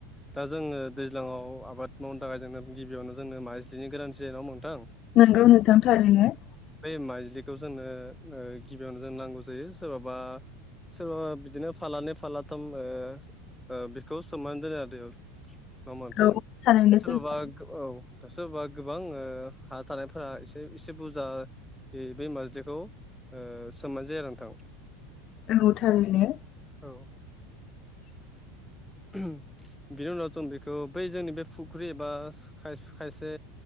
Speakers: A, in the centre; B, on the left.
A: दा जोङो दैज्लाङाव आबाद मावनो थाखाय जोंङो गिबियावनो जोंनो माइजिलिनि गोनांथि जायो नङा होनबा नोंथां
B: नोंगौ नोंथां थारैनो
A: बे माइज्लिखौ जोंनो गिबियावनो जों नांगौ जायो सोरबाबा सोरबाबा बिदिनो फालानै फालाथाम ओ ओ बेखौ सोमनानै दोनो आरो नडा होनबा नोंथां
B: औ थारैनो
A: सोरबा
B: सैथो
A: औ दा सोरबा गोबां हा थानायफोरा एसे ए एसे बुरजा बे नारजिखौ सोमनाय जाया आरो नोंथां
B: नंगौ थारैनो
A: औ
B: <inaudible>
A: बिनि उनाव जों बेखौ बै जोंनि बे फुख्रि एबा खायसे